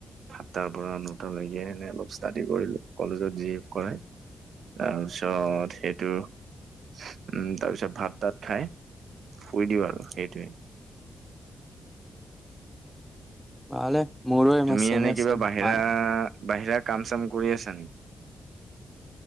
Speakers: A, on the right; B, in the centre.
A: সাতটাৰ পৰা নটালৈকে এনে অলপ ষ্টাডি কৰিলো কলেজত যি কৰে তাৰপিছত সেইটো উম, তাৰপিছত ভাত তাত খাই শুই দিওঁ আৰু সেইটোৱে।
B: ভলে মোৰো ইমান
A: তুমি
B: চেমে
A: এনে
B: আছে
A: কিবা বাহিৰা
B: মান
A: বাহিৰা কাম চাম কৰি আছা নেকি?